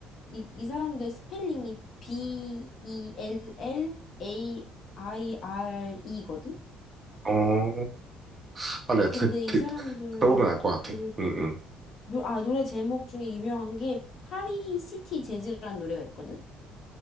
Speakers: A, on the left; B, on the right.
A: 이, 이 사람들 스펠링이 B E L L A I R E거든.
B: 어, 아, 내가
A: 근데
B: 드,
A: 이
B: 드,
A: 사람들
B: 들어보면 알 것 같아.
A: 노래
B: 응, 응.
A: 노, 아, 노래 제목 중에 유명한 게 파리 시티 재즈라는 노래가 있거든?